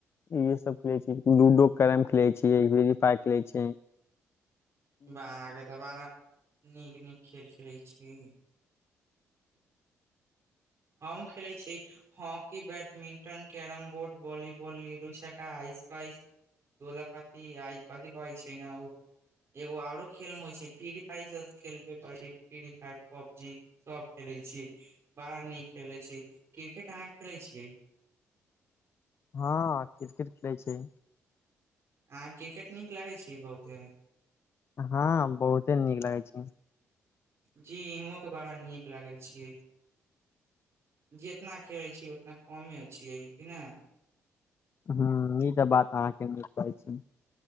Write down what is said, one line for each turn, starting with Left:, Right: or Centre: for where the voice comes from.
Left: इहे सब खेले छी लूडो कैरम खेले छी फ्री फायर खेले छी
Right: बाह रे तऽ बड़ा नीक नीक खेल खेलै छी हमहूँ खेलै छी हम की badminton carrom board volleyball ludo छक्का आइस पइस दोला कति आइ कथी कहइ छै ने उ एगो आरो खेल नू होइ छै फ्री फायर ई सब खेलबे करै छै फ्री फायर पबजी सभ खेलैत छी बड़ा नीक खेलैत छी क्रिकेट अहाँ खेलैत छियै
Left: हँ क्रिकेट खेलै छियै
Right: अहाँक क्रिकेट नीक लागैत छी बहुते
Left: हँ बहुते नीक लगै छै
Right: जी इहों के बारा नीक लागेै छियै जितना खेलै छी उतना कमे छियै कि नहि
Left: हूंम्म ई त बात अहाँके <unintelligible> छै